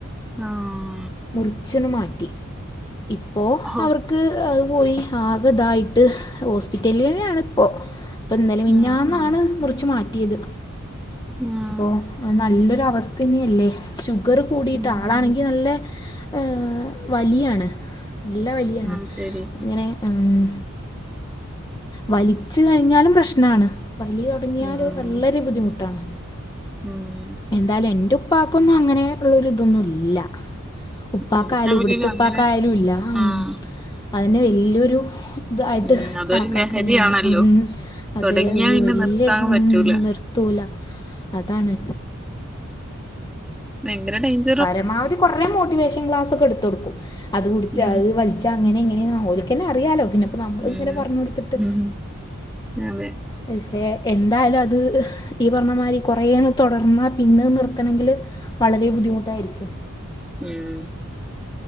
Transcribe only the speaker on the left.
മുറ്ച്ച്ണ് മാറ്റി ഇപ്പോ
അവർക്ക് അഹ് പോയി ആകതായി ട്ട് ഹോസ്പിറ്റലിലെന്നാണ് ഇപ്പൊ ഇപ്പ ഇന്നലെ മിഞ്ഞാന്ന്
ന്നാണ് മുറിച്ച് മാറ്റിയത്.
അപ്പോ അഹ് നല്ലൊരവസ്ഥന്യേല്ലേ. ഷുഗർ കൂടിയിട്ട്
ആളാണെങ്കി നല്ലെ ഏഹ് വലിയാണ് നല്ല വലിയാണ്
അങ്ങനെ ഉം. വലിച്ച് കഴിഞ്ഞാലും പ്രശ്നാണ്. വലി തുടങ്ങിയാല്
വള്ളരെ ബുദ്ധിമുട്ടാണ്.
എന്തായാലും എന്റെ ഉപ്പാക്കൊന്നും അങ്ങനെ ഉള്ളര് തൊന്നും ഇല്ല ഉപ്പാക്കാലും
ഇവിടുത്തെ ഉപ്പാക്കായാലും
ഇല്ല ഉം
അതിനെ വല്ല്യൊരു ഇത് ആയിട്ട്
കണക്കാക്ക്‌അ
ഞാന് ഉം അത്
വല്ല്യെ
നിർത്തൂല അതാണ്
പരമാവധി കൊർറെ മോട്ടിവേഷൻ ക്ലാസ് ഒക്കെ ഇട്ത്തൊടുക്കും അത്കൂടിച്ച്
അത് വലി ച്ച അങ്ങനെ ഇങ്ങനെ ന്നാ ഓൽക്കെന്നെ അറിയാലോ പിന്നെ പ്പൊ നമ്മള്ങ്ങനെ
പറഞ്ഞൊട്ത്തിട്ട്
എഹ് <unintelligible> എന്തായാലും അത് ഈ പറഞ്ഞമാതിരി കുറേയന്ന് തൊടർന്നാ പിന്നെ അഹ് നിർത്തണെങ്കില് വളരെ ബുദ്ധിമുട്ടായിരിക്കും